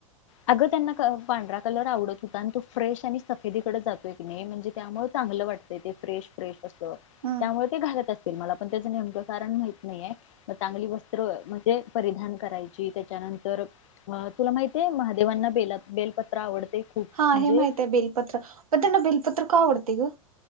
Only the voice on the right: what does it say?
ह
हा
हे माहिती हाय बेलपत्र. पण त्यांना बेलपत्र का आवडतयं गं?